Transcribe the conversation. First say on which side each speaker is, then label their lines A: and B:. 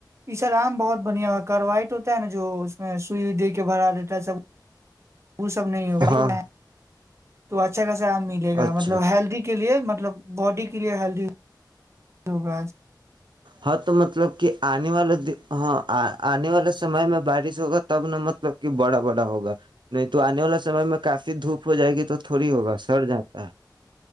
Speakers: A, on the right; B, on the right.
A: یہ سب آام بہت بڑھیا ہو کروائٹ ہوتا ہے نا جو اس میں سوئیوئی دے کے بھرا دیتا ہے سب وہ سب نہیں ہوی
B: ہاں
A: تو اچھاس آام ملےا
B: اچھا
A: مطلب ہیلدی کے لیے مطلب مطلب باڈی کے لیے ہیلدی لگج
B: ہ تو مطلب کہ آنے والا د ہاں آنے والے سمے میں بارش ہوگا تب نہ مطلب کہ بڑا بڑا ہوگا نہیں تو آنے والے سمے میں کافی دھوپ ہو جائے گی تو تھوڑی ہوگا سر جاتا ہے